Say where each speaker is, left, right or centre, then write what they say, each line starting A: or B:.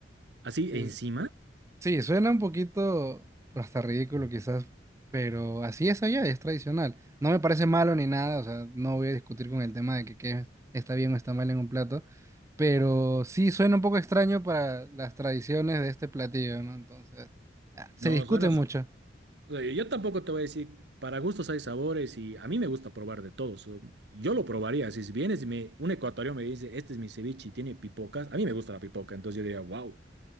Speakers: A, on the right (about 65°); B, on the right (about 15°).
A: así
B: Sí.
A: encima.
B: Sí, suena un poquito pues, hasta ridículo quizás, pero así es allá, es tradicional. No me parece malo ni nada, o sea, no voy a discutir con el tema de que qué está bien o está mal en un plato, pero sí suena un poco extraño para las tradiciones de este platillo, ¿no? Entonces, ah, se
A: No,
B: discute
A: suena.
B: mucho.
A: su- o sea, Yo tampoco te voy a decir, para gustos hay sabores y a mí me gusta probar de todos. Yo lo probaría. Si vienes y me, un ecuatoriano me dice, este es mi ceviche y tiene pipocas, a mí me gusta la pipoca, entonces yo diría, wow.